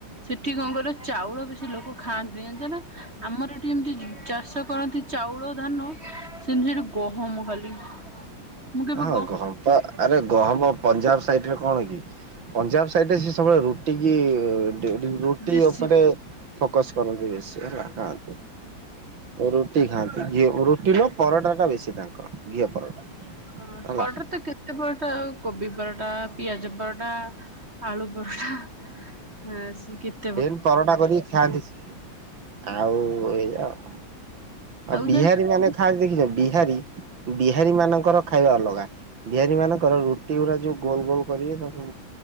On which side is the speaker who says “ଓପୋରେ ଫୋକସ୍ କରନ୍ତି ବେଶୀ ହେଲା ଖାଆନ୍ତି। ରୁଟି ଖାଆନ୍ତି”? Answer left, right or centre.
Right